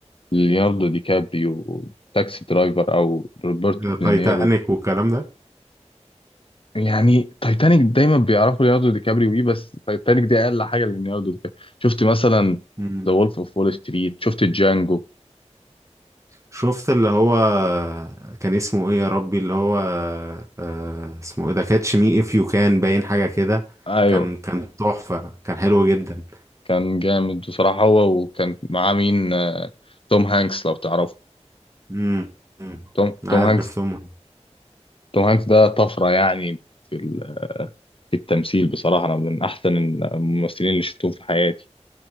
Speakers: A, on the left (about 50°); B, on the right (about 25°).
A: ليوناردو دي كابريو تاكسي درايفر أو روبرتو
B: آه،
A: دينيرو
B: تايتانيك والكلام ده
A: يعني تايتانيك دايما بيعرفوا ليوناردو دي كابريو بيه بس تايتانيك دي اقل حاجه لليوناردو دي كابريو شفت مثلا
B: مم.
A: ذا وولف اوف وول ستريت شفت جانجو
B: شفت اللي هو كان اسمه ايه يا ربي اللي هو آه اسمه ايه ده كاتش مي اف يو كان باين حاجة كده
A: ايوه
B: كان كان تحفة كان حلو جدا
A: كان جامد بصراحه هو وكان معاه مين آه، توم هانكس لو تعرفه
B: مم. مم.
A: توم توم
B: عارف
A: هانكس
B: توم هانكس.
A: توم هانكس ده طفره يعني في ال- في التمثيل بصراحه انا من احسن الممثلين اللي شفتهم في حياتي